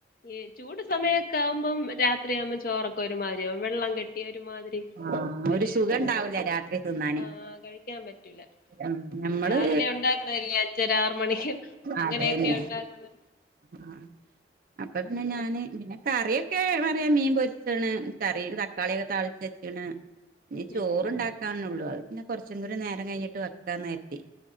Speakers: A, on the left; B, on the right.
A: ഈ ചൂട് സമയമൊക്കെ ആകുമ്പം രാത്രിയാകുമ്പോം ചോറൊക്കെ ഒരുമാതിരിയാവും വെള്ളം കെട്ടി ഒരുമാതിരി
B: ആഹ്
A: ഒരു
B: സുഖം ഉണ്ടാവൂല രാത്രി തിന്നാന്
A: ആഹ് കഴിക്കാൻ പറ്റൂല
B: ഉം ഞമ്മള്
A: രാവിലെ ഉണ്ടാക്കണല്ലേ അഞ്ചര ആറ് മണിക്ക് അങ്ങനെയൊക്കെ
B: അതന്നെ
A: ഉണ്ടാകുന്നത്
B: ആഹ് അപ്പൊ പിന്നെ ഞാന് പിന്നെ കാ കറിയൊക്കെ പറയാ മീൻ പൊരിച്ണ് കറി തക്കാളിയൊക്കെ താളിച്ച് വെച്ണ് ഇനി ചോറുണ്ടാക്കാനള്ളു
A: ഉം ഉം
B: അഹ് പിന്നെ കൊറച്ചും കൂടി നേരം കഴിഞ്ഞിട്ട് വെക്കാ കരുതി